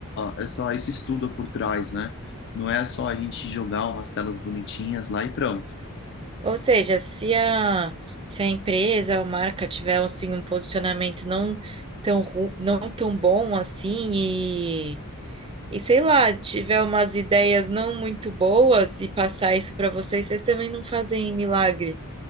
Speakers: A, on the left; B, on the right.
A: essa esse estudo por trás, né? Não é só a gente jogar umas telas bonitinhas lá e pronto.
B: Ou seja, se a, se a empresa ou marca tiver assim, um posicionamento não tão, ru- não tão bom assim e, e sei lá, tiver umas ideias não muito boas e passar isso para vocês, vocês também não fazem milagre.